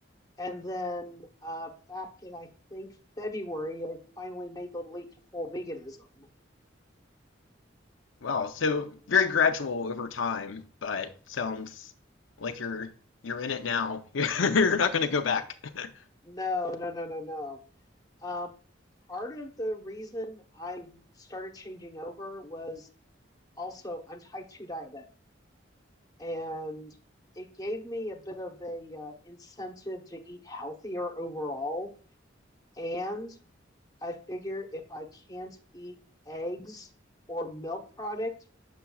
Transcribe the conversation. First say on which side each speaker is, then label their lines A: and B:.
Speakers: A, on the left; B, on the left.
A: And then uh, back in, I think, February, I finally made the leap to full veganism.
B: Wow, so very gradual over time, but sounds like you're you're in it now. <laughs> You're not going to go back. <laughs>
A: No, no, no, no, no. Um, part of the reason I started changing over was also I'm type 2 diabetic, and it gave me a bit of a uh, incentive to eat healthier overall. And I figure if I can't eat eggs or milk product,